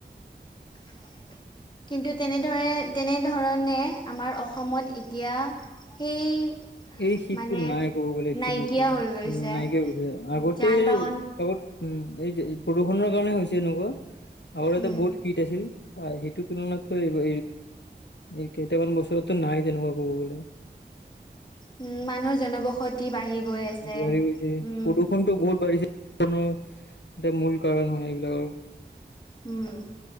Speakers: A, on the left; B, on the left.
A: <inaudible> কিন্তু তেনেদৰে, তেনেধৰণে আমাৰ অসমত এতিয়া সেই
B: এই শীতটো
A: মানে
B: নাই ক'ব গ'লে এক্সোৱেলি,
A: নাইকিয়া
B: ক'তো
A: হৈ গৈছে
B: নাইকিয়া হৈ গৈছে, আগতে
A: যান বাহন
B: আগত উম্, এই যে প্ৰদূষণৰ কাৰণে হৈছে এনেকুৱা, আৰু ইয়াতে
A: উম
B: বহুত শীত আছিল, অ', সেইটোৰ তুলনাতটো এইবা এই কেইটামান বছৰততো নাই তেনেকুৱা, ক'ব গ'লে।
A: উম্, মানুহৰ জনবসতি বাঢ়ি গৈ আছে।
B: বাঢ়ি গৈছে,
A: উম,
B: প্ৰদূষণটো বহুত বাঢ়িছে। প্ৰদূষণো এটা মূল কাৰণ হয়, এইবিলাকৰ।
A: উম্,